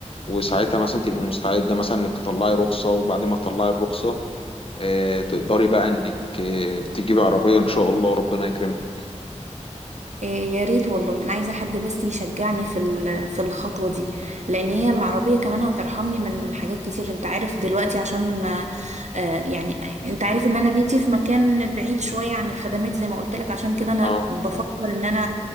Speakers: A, on the left (about 50°); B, on the right (about 70°).
A: وساعتها مثلا تبقي مستعدة مثلا إنك تطلعي رخصة وبعد ما تطلعي الرخصة إيه تقدري بقى إنك إيه تجيبي عربية إن شاء الله ربنا يكرمك
B: إيه يا ريت والله انا عايزه حد بس يشجعني في ال- في الخطوه دي لان هي العربيه كمان هترحمني من حاجات كتير انت عارف دلوقتي عشان آه آه، يعني انت عارف ان انا بيتي في مكان بعيد شويه عن الخدمات زي ما قلت لك عشان كده انا
A: اه
B: بفكر ان انا